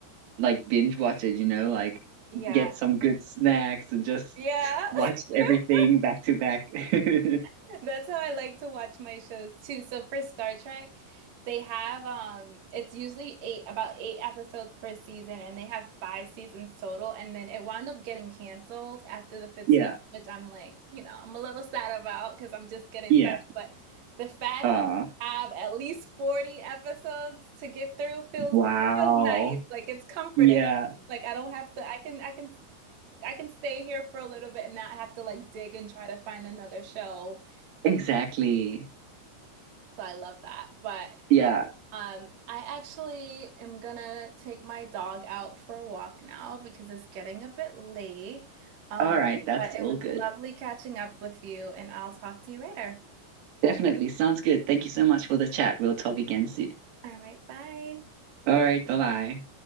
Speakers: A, on the right; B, on the right.
A: like binge watch it, you know, like
B: Yeah.
A: get some good snacks and just
B: Yeah.
A: watch everything
B: <laughs>
A: back to back. <laughs>
B: <laughs> That's how I like to watch my shows too. So for Star Trek, they have um it's usually eight about eight episodes per season and they have five seasons total and then it wound up getting canceled after the fifth
A: Yeah,
B: season, which I'm like, you know, I'm a little sad about because I'm just getting
A: yeah.
B: started. But the fact
A: Uh,
B: I have at least 40 episodes to get through feels
A: wow.
B: it feels nice. Like it's comforting.
A: Yeah,
B: Like I don't have to I can I can I can stay here for a little bit and not have to like dig and try to find another show and
A: exactly.
B: like, so I love that. But
A: Yeah.
B: um I actually am gonna take my dog out for a walk now because it's getting a bit late. Um
A: All right, that's
B: but
A: all
B: it was
A: good.
B: lovely catching up with you and I'll talk to you later.
A: Definitely sounds good. Thank you so much for the chat. We'll talk again soon.
B: All right, bye.
A: All right, bye-bye.